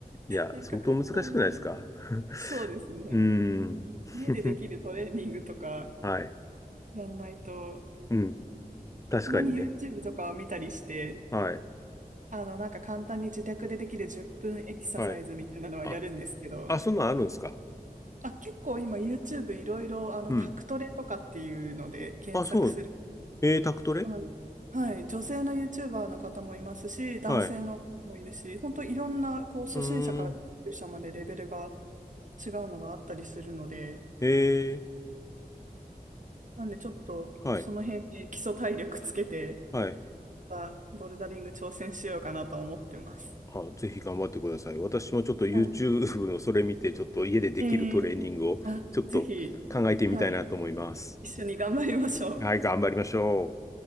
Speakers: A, on the left; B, on the right.
A: いや、
B: なんか簡単に、
A: 相当難しくないですか <laughs>
B: そうですね。
A: うーん。<laughs>
B: 家でできるトレーニングとか
A: はい。
B: やんないと、
A: うん。確かにね。
B: たまに YouTube とかを見たりして、
A: はい。
B: あの、なんか簡単に自宅でできる10分エクササイズみたいなのはやるんですけど、
A: はい。あ、あ、そんなんあるんですか
B: あ、結構今 YouTube いろいろあのタクトレとかっていうので検索する。
A: うん。あ、そう。えー、タクトレ
B: はい。はい女性の YouTuber の方もいますし、男性の方もいるし、
A: はい。
B: 本当いろんなこう初心者から上級者までレベルが
A: うーん。
B: 違うのがあったりするので、
A: え
B: なんでちょっとその辺で基礎体力つけて、
A: ー、はい。はい。
B: またボルダリング挑戦しようかなと思ってます。
A: あ、ぜひ頑張ってください。私もちょっと YouTube
B: はい。
A: のそれ見て、ちょっと家でできるトレーニングをちょっと考えてみたいなと思います。
B: ええあ、ぜひ、はい。一緒に頑張りましょう。
A: はい、頑張りましょう。